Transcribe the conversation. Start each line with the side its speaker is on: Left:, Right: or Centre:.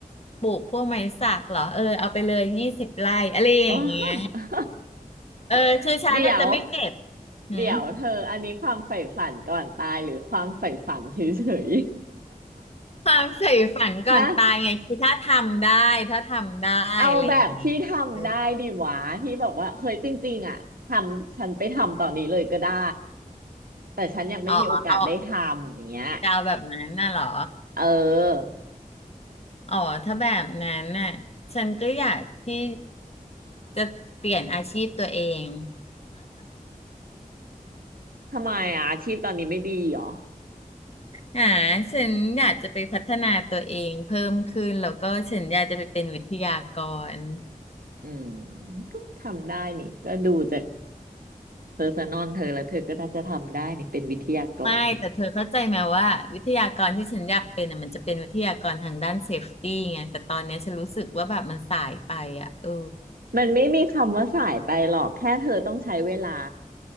Left: ปลูกพวกไม้สักเหรอเออเอาไปเลยยี่สิบไร่อะไรอย่างเงี้ย
Right: อ๋อ
Left: เออคือฉันอาจจะไม่เก็บ
Right: <laughs> เดี๋ยว
Left: หืม
Right: เดี๋ยวเธออันนี้ความใฝ่ฝันก่อนตายหรือความใฝ่ฝันเฉย
Left: ความใฝ่ฝันก่อนตายไงคือถ้าทำได้ถ้าทำได้อะไรอย่างงี้
Right: ๆ <laughs> ฮะ เอาแบบที่ทำได้ดีหวาที่แบบว่าเฮ้ยจริงๆอ่ะทำฉันไปทำตอนนี้เลยก็ได้
Left: เออ
Right: แต่ฉันยังไม่มีโอกาสได้ทำอย่างเงี้ย
Left: อ๋อเอาจะเอาแบบนั้นน่ะเหรอ
Right: เออ
Left: อ๋อถ้าแบบนั้นน่ะฉันก็อยากที่จะเปลี่ยนอาชีพตัวเอง
Right: ทำไมอ่ะอาชีพตอนนี้ไม่ดีเหรอ
Left: อ่าฉันอยากจะไปพัฒนาตัวเองเพิ่มขึ้นแล้วก็ฉันอยากจะไปเป็นวิทยากร
Right: อืมก็ทำได้นี่ก็ดูจากเพอร์ซันอลเธอแล้วเธอก็น่าจะทำได้นี่เป็นวิทยากรเนี่ย
Left: ไม่แต่เธอเข้าใจไหมว่าวิทยากรที่ฉันอยากเป็นอ่ะมันจะเป็นวิทยากรทางด้านเซฟตี้ไงแต่ตอนเนี้ยฉันรู้สึกว่าแบบมันสายไปอ่ะเออ
Right: มันไม่มีคำว่าสายไปหรอกแค่เธอต้องใช้เวลา